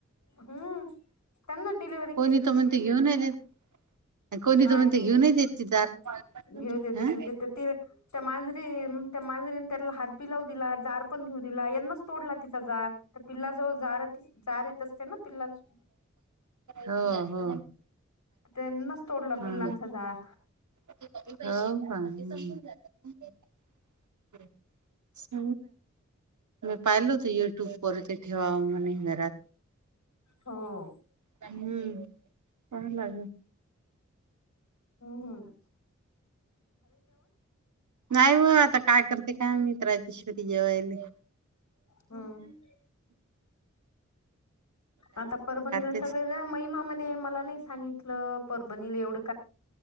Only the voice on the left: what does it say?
हम्म त्यांना डिलिव्हरी
केली
तिची
नाही
नाही
घेऊ देते
घेऊ देते ती त्या मांज री त्या मांजरी त्याला हात बी लावू दिला जार पण घेऊ दिला यानं चं तोडला तिचा जार तर पिल्ला जवळ जारये जार एक असते ना पिलाच
त्यांनच तोडला
पिल्लांचा झार.
हो
हम्म हम्
हम्म आता परभणीलं
सगळ जा मय मामाने मला नई सांगितलं परभणीलं एवढं